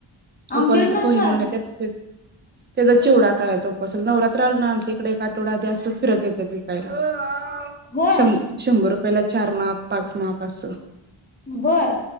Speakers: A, on the left; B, on the right.
A: आमच्याकडे
B: उपवासाच
A: नसतात
B: पोहे म्हण त्यात त्याचा चिवडा करायचा असल नवरात्र आल ना आमच्या इकडे आठवडा आदी फिरत येत विकायला
A: होय
B: शं शंभर रुपयाला चार माप पाच माप असं
A: बर